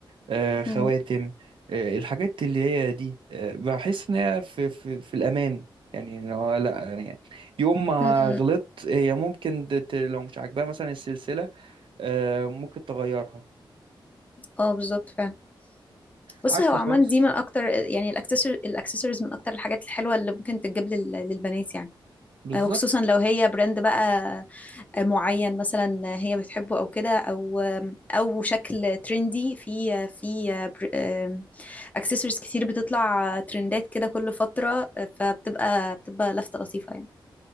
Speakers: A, on the right; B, on the left.
A: آه، خواتم
B: مم.
A: آه، الحاجات اللي هي دي آه، بحس إن هي في... في... في الأمان يعني إن هو لا يعني يوم ما
B: مم.
A: غلطت هي ممكن ت... ت- لو مش عاجباها مثلا السلسلة آه، ممكن تغيرها
B: اه بالظبط فعلا بص
A: عكس
B: هو
A: خالص
B: عمان دي من اكتر يعني الاكسسوار الاكسسوارز من اكتر الحاجات الحلوه اللي ممكن تتجاب لل- للبنات يعني
A: بالظبط
B: آه، وخصوصا لو هي براند بقى آه، معين مثلا آه، هي بتحبه او كده او آم، او شكل ترندي في آه، في آه، بر- آم، اكسسوارز كتير بتطلع آه، ترندات كده كل فترة آه، فبتبقى بتبقى لفتة لطيفة يعني